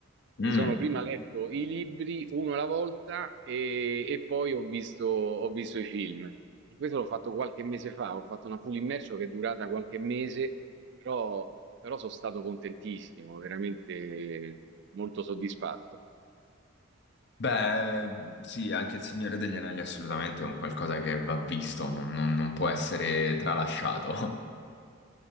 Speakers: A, on the right; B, on the left.
A: Mi
B: Mm.
A: sono prima letto i libri uno alla volta e, e poi ho visto, ho visto i film. E questo l'ho fatto qualche mese fa, ho fatto una full immersion che è durata qualche mese, però, però sono stato contentissimo, veramente molto soddisfatto.
B: Beh, sì, anche il Signore degli Anelli assolutamente è un qualcosa che va visto, non, non- non può essere tralasciato.